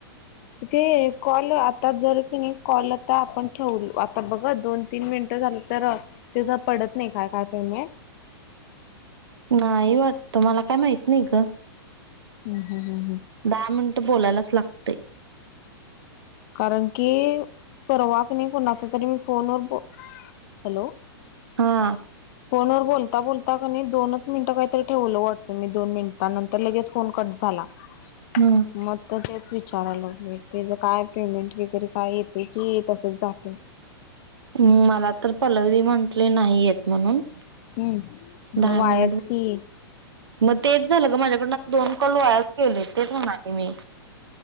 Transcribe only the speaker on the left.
ते कॉल आता जर की नाही कॉल ता आपण ठेवल आता बघ दोन तीन मिनटं झालं तर त्याचं पडत नाही काय काय पेमेंट.
हम हम हम हम
कारण की परवा क नाही कोणाचा तरी मी फोनवर ब हॅलो
फोनवर बोलता बोलता क दोनच मिनिटं काहीतरी ठेवलं वाटतं मी दोन मिनिटां नंतर लगेच फोन कट झाला.
मग तर तेच विचाराय लागले त्याच काय पेमेंट वगैरे काय येते की तसंच जाते
हम्म
मग वायाच
की